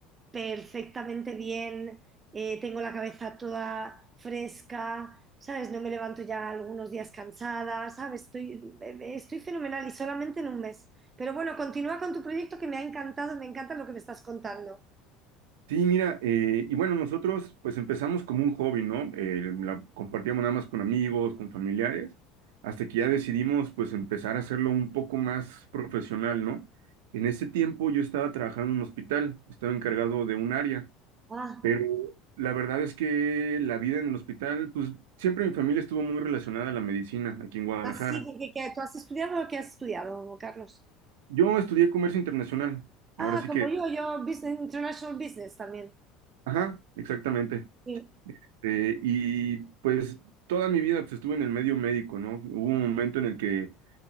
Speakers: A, on the right (about 30°); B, on the right (about 80°).
A: perfectamente bien, eh, tengo la cabeza toda fresca, ¿sabes? No me levanto ya algunos días cansada, ¿sabes? Estoy, eh, eh, estoy fenomenal y solamente en un mes. Pero bueno, continúa con tu proyecto que me ha encantado, me encanta lo que me estás contando.
B: Sí, mira, eh, y bueno, nosotros pues empezamos como un hobby, ¿no? Eh, la compartíamos nada más con amigos, con familiares, hasta que ya decidimos pues empezar a hacerlo un poco más profesional, ¿no? En ese tiempo yo estaba trabajando en un hospital, estaba encargado de un área.
A: Ah,
B: Pero la verdad es que la vida en el hospital, pues siempre mi familia estuvo muy relacionada a la medicina aquí en Guadalajara.
A: así, porque ¿qué? ¿tú has estudiado o qué has estudiado, Carlos?
B: Yo estudié comercio internacional,
A: Ah,
B: ahora sí
A: como
B: que,
A: yo, yo business, International Business también.
B: ajá, exactamente.
A: Sí,
B: Eh, y pues toda mi vida pues, estuve en el medio médico, ¿no? Hubo un momento en el que